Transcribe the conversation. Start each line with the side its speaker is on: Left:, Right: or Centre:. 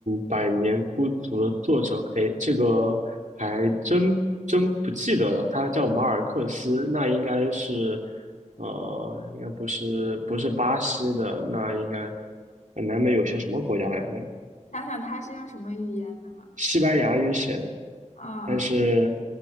Right: 《百年孤独》的作者，哎，这个还真真不记得了。他叫马尔克斯，那应该是，呃，应该不是不是巴西的，那应该呃南美有些什么国家来着？
Left: 想想他是用什么语言的嘛？
Right: 西班牙语写的，
Left: 啊、
Right: 但是